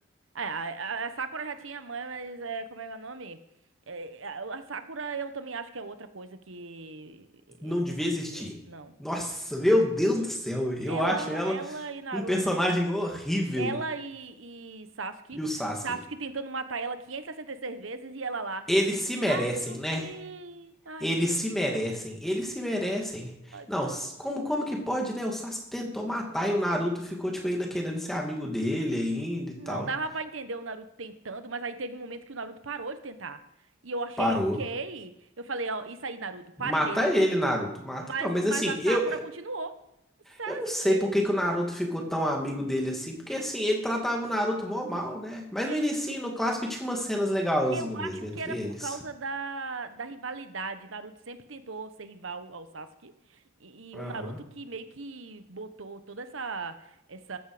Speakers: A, on the right; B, in the centre.
A: É, a, a- a Sakura já tinha mãe, mas é, como é que é o nome? É, é, a, a Sakura eu também acho que é outra coisa que. eh,
B: não devia
A: Meu Deus
B: existir.
A: do céu, não.
B: Nossa, meu
A: É-
B: Deus
A: é-
B: do céu, eu
A: ela,
B: acho ela
A: ela e Naruto.
B: um personagem horrível.
A: Ela e, e Sasuke.
B: E o Sasuke?
A: Sasuke tentando matar ela 566 vezes e ela lá.
B: Eles se merecem,
A: Sasuke!
B: né?
A: Ai,
B: Eles
A: Deus,
B: se merecem, eles se merecem. Não,
A: que ódio.
B: s- como como que pode, né? O Sasuke tentou matar e o Naruto ficou tipo ainda querendo ser amigo dele ainda e tal.
A: Não, dava pra entender o Naruto tentando, mas aí teve um momento que o Naruto parou de tentar. E eu achei
B: Parou.
A: ok. Eu falei, ó, isso aí, Naruto, pare
B: Mata
A: mesmo.
B: ele, Naruto, mata.
A: Mas,
B: Não, mas
A: mas
B: assim,
A: a Sakura
B: eu
A: continuou. Sasuke,
B: Eu não sei por que que o Naruto ficou tão amigo dele assim, porque assim, ele tratava o Naruto mó mal, né? Mas
A: é
B: no
A: isso.
B: início, no clássico, tinha umas cenas legalzinhas
A: Eu
B: mesmo
A: acho
B: entre
A: que era
B: eles.
A: por causa da, da rivalidade. Naruto sempre tentou ser rival ao Sasuke. E, e
B: Aham.
A: o Naruto que meio que botou toda essa, essa,